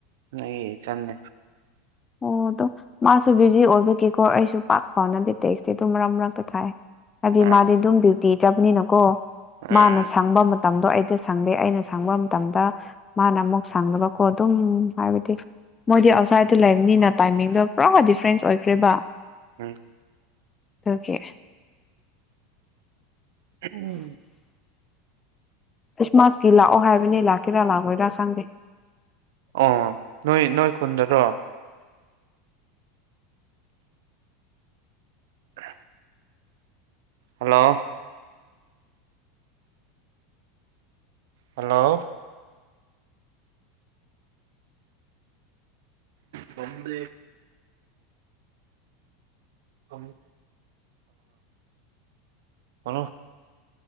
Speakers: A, on the right; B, on the left.
A: ꯅ ꯆꯅꯦ
B: ꯑꯣ ꯑꯗꯣ ꯃꯥꯁꯨ ꯕꯤꯖꯤ ꯑꯣꯏꯕꯒꯤꯀꯣ ꯑꯩꯁꯨ ꯄꯥꯛ ꯐꯥꯎꯅꯗꯤꯦ ꯇꯦꯛꯁꯤ ꯑꯗꯨ ꯃꯔꯛ ꯃꯔꯛꯇ ꯊꯥꯏ ꯍꯥꯏꯗꯤ
A: ꯑꯥ
B: ꯃꯥꯗꯤ ꯑꯗꯨꯝ ꯗ꯭ꯌꯨꯇꯤ ꯆꯕꯅꯤꯅꯀꯣ
A: ꯎꯝ
B: ꯃꯥꯅ ꯁꯪꯕ ꯃꯇꯝꯗꯣ ꯑꯩꯗ ꯁꯪꯗꯦ ꯑꯩꯅ ꯁꯪꯕ ꯃꯇꯝꯗ ꯃꯥꯅ ꯑꯃꯨꯛ ꯁꯪꯅꯕꯀꯣ ꯑꯗꯨꯝ ꯍꯥꯏꯕꯗꯤ ꯃꯣꯏꯗꯤ ꯑꯥꯎꯠꯁꯥꯏꯗꯠꯇ ꯂꯩꯕꯅꯤꯅ ꯇꯥꯏꯃꯤꯡꯗꯣ ꯄꯨꯔꯥ ꯗꯤꯐ꯭ꯔꯦꯟꯁ ꯑꯣꯏꯈ꯭ꯔꯦꯕ
A: ꯎꯝ
B: ꯊꯀꯦ
A: ꯎꯝ
B: ꯈ꯭ꯔꯤꯁꯃꯥꯁꯀꯤ ꯂꯥꯛꯑꯣ ꯍꯥꯏꯕꯅꯤ ꯂꯥꯛꯀꯦꯔꯥ ꯂꯥꯛꯑꯣꯏꯔꯥ ꯈꯪꯗꯦ
A: ꯑꯣ ꯅꯣꯏ ꯅꯣꯏ ꯈꯨꯨꯟꯗꯔꯣ ꯇ ꯍꯜꯂꯣ ꯍꯜꯂꯣ ꯀꯝꯕꯦ ꯑ ꯍꯂꯣ